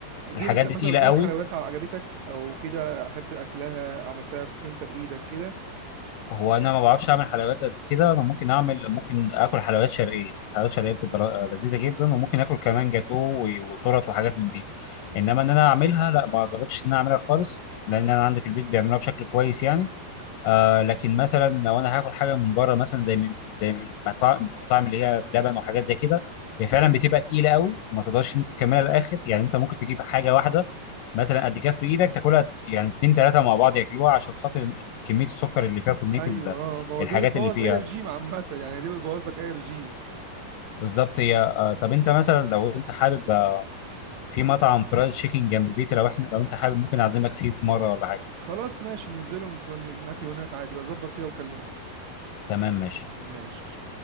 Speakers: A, on the right; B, on the left.
A: جه
B: الحاجات
A: مد-
B: دي
A: مثلا
B: تقيله
A: قدامك
B: قوي
A: حلويات عجبتك او كده احب اكلها عملتها ب- انت بايدك كده
B: هو انا ما بعرفش اعمل حلويات قد كده انا ممكن اعمل ممكن اكل حلويات شرقيه الحلويات الشرقيه بتبقى ل- لذيذه جدا وممكن اكل كمان جاتو و- وتورت وحاجات من دي انما ان انا اعملها لا ما جربتش ان انا اعملها خالص لان انا عندي في البيت بيعملوها بشكل كويس يعني آه لكن مثلا لو انا هاكل حاجه من بره مثلا زي من زي من مطاعم المطاعم اللي هي بلبن وحاجات زي كده هي فعلا بتبقى تقيله قوي وما تقدرش انت تكملها للاخر يعني انت ممكن تجيب حاجه واحده مثلا قد كف ايدك تاكلها يعني اتنين تلاته مع بعض ياكلوها عشان خاطر كميه السكر اللي فيها وكميه
A: ايوه
B: ال-
A: اه ما هو
B: الحاجات
A: دي بتبوظ
B: اللي فيها
A: اي رجيم عامه <laughs> يعني دي بتبوظ لك اي رجيم
B: بالظبط هي آه طب انت مثلا لو انت حابب آه، في مطعم فرايد تشيكن جنب بيتي لو احنا لو انت حابب ممكن اعزمك فيه في مره ولا حاجه
A: خلاص ماشي ننزله ونت- ناكله هناك عادي بظبط كده وكلمني
B: تمام ماشي
A: ماشي